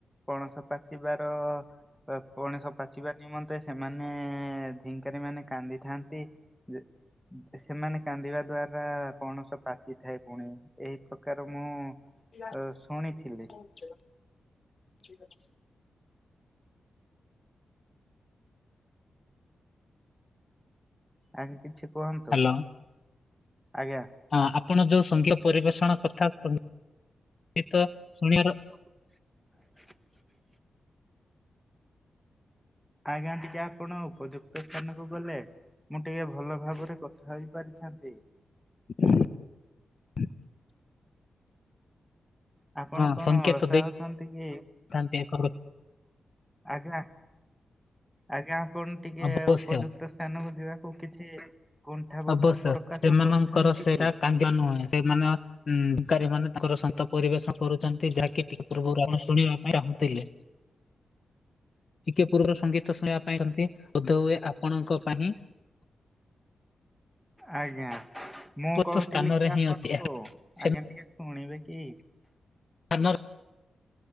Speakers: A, in the centre; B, on the left.
A: ପଣସ ପାଚିବାର ତ ପଣସ ପାଚି ଚିବା ନିମନ୍ତେ ସେମାନେ ଝିଙ୍କାରି ମାନେ କାନ୍ଦିଥାନ୍ତି ଯେ ସେମାନେ କାନ୍ଦିବା ଦ୍ଵାରା ପଣସ ପାଚିଥାଏ ପୁଣି ଏଇ ପ କାର ମୁଁ
B: <inaudible>
A: ଅ, ଶୁଣିଥିଲି ଆଜ୍ଞା କିଛି କୁହନ୍ତୁ?
B: ହ୍ୟାଲୋ
A: ଆଜ୍ଞା।
B: ହଁ ଆପଣ ଯୋଉ ସଙ୍ଗୀତ ପରିବେଷଣ କଥା କହି ଗିତ ଶୁଣିବାର
A: <inaudible> ଆଜ୍ଞା ଟିକେ ଆପଣ ଉପଯୁକ୍ତ ସ୍ଥାନକୁ ଗଲେ ମୁଁ ଟିକେ ଭଲ ଭାବରେ କଥା ହେଇ ପାରିଥାନ୍ତି।
B: <inaudible>
A: ଆପଣ
B: ହଁ
A: କଣ
B: ସଂଙ୍କେତ
A: ଅଳସୁଆ ହଉଛନ୍ତି କି?
B: <inaudible>
A: ଆଜ୍ଞା ଆଜ୍ଞା ଆପଣ ଟିକେ
B: ଅବଶ୍ୟ
A: ଉପଯୁ ସ୍ଥାନକୁ ଯିବାକୁ କିଛି କୁଣ୍ଠାବୋଧ
B: ଅବଶ୍ୟ
A: ପ୍ରକାଶ
B: ସେମାନଙ୍କର
A: କରୁଛନ୍ତି
B: ସେଇଟା
A: କି?
B: କାନ୍ଦ ନୁହେଁ ସେମାନେ ହୁଁ ଝୁଙ୍କାରୀ ମାନେ ତାଙ୍କର ସନ୍ତ ପରିବେଶ କରୁଛନ୍ତି। ଯାହାକି ପିତୃ ପୁରାଣ ଶୁଣିବା ପାଇଁ ଚାହୁଁଥିଲେ। <inaudible> ଟିକେ ପୁର୍ବରୁ ସଙ୍ଗୀତ ଶୁଣିବା ପାଇଁଛନ୍ତି ବୋଧେ ହୁଏ ଆପଣଙ୍କ ପାଇଁ
A: ଆଜ୍ଞା। ମୁଁ
B: ଉପଯୁକ୍ତ
A: କହୁଥିଲି
B: ସ୍ଥାନରେ
A: କି
B: ହିଁ
A: ଆପଣ
B: ଅଛି
A: କୁ
B: ଏହା। ସେ
A: ଆଜ୍ଞା ଟିକେ ଶୁଣିବେ କି?
B: <inaudible>